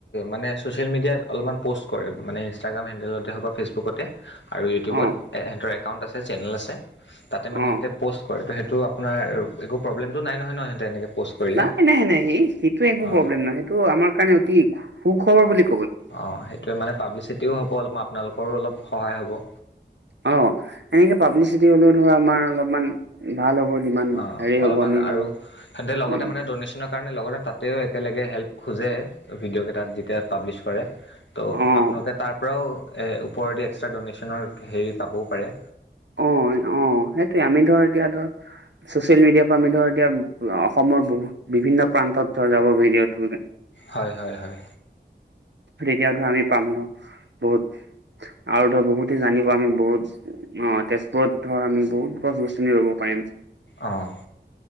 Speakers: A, on the left; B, on the right.
A: মানে ছ'চিয়েল মিডিয়াত অলপমান প'ষ্ট কৰে মানে ইনষ্টাগ্ৰাম হেণ্ডেলতে হওক বা ফেচবু বুকতে আৰু ইউটিউবত
B: অ',
A: সিহঁতৰ একাউণ্ট আছে চেনেল আছে। তাতে মানে
B: অ'।
A: সিহঁতে প'ষ্ট কৰে ত' সেইটো আপোনাৰ একো প্ৰব্লেম টো নাই নহয় ন, সিহঁতে এনেকৈ প'ষ্ট কৰিলে
B: নাই নাই নাই সেই সেইটো একো
A: অঁ
B: প্ৰব্লেম নহয় সেইটো আমাৰ কাৰণে অতি সুখবৰ বুলি ক
A: অ' সেইটোৱে মানে পাব্লিচিটিও হ'ব, অলপমান আপোনালোকৰো অলপ সহায় হ'ব।
B: অ' এনেকৈ পাব্লিচিটি হ'লেও ধৰ আমাৰ অলপমান ভাল হব। যিমান
A: অ'
B: হেৰি
A: অলপমান
B: হ'ব আমি
A: আৰু
B: ধৰ
A: সেন্তে লগতে
B: উম,
A: মানে দনেশ্যন কাৰণে লগতে তাতেও একেলগে হেল্প খোজে ভিডিঅ'কেইতাত যেতিয়া পাব্লিছ কৰে। ত'
B: অ',
A: আপোনালোকে তাৰ পৰাও ওপৰেদি এক্সট্ৰা ড'নেশ্যনৰ হেৰি পাবও পাৰে।
B: অ' অ' সেইটোৱে আমি ধৰ এতিয়া ধৰ ছচিয়েল মিডিয়াৰ পৰা আমি ধৰ এতিয়া অসমৰ বহু বিভিন্ন, প্ৰান্তত ধৰ যাব ভিডিঅ'টো।
A: হয় হয় হয়।
B: তেতিয়াও ধৰ আমি পাম ন বহুত আৰু ধৰ বহুতে জানিব আমি বহুত অ' তেজপুৰত ধৰ আমি বহুত গছ গছনি ৰুব পাৰিম।
A: অ'